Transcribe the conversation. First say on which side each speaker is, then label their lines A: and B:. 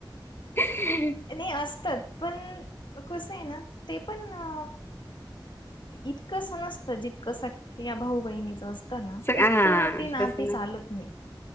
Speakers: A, on the left; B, on the left.
A: <inaudible>
B: नाही असतात पण, कसं, आहे ना ते पण अं इतकसं नसतं जितकं असं सख्ख्या या भाऊ बहिणीचं असतं. तं ना तितकं
A: हा
B: ते नाती
A: तस
B: चालत नाही.